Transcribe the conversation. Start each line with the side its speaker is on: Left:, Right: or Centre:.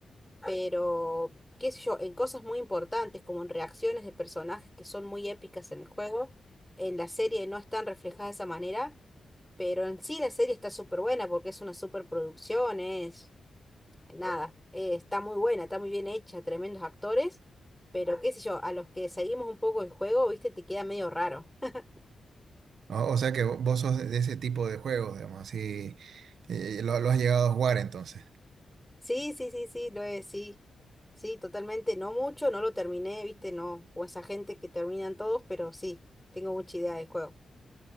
Centre: pero qué sé yo, en cosas muy importantes, como en reacciones de personajes que son muy épicas en el juego, en la serie no están reflejadas de esa manera. Pero en sí la serie está súper buena porque es una súper producción, es nada, eh, está muy buena, está muy bien hecha, tremendos actores, pero qué sé yo, a los que seguimos un poco el juego, viste, te queda medio raro. <laughs>
Right: O, o sea que vo- vos sos de de ese tipo de juegos, digamos, así, eh, lo, lo has llegado a jugar entonces.
Centre: Sí, sí, sí, sí, lo es, sí. Sí, totalmente, no mucho, no lo terminé, viste, no, o esa gente que terminan todos, pero sí, tengo mucha idea del juego.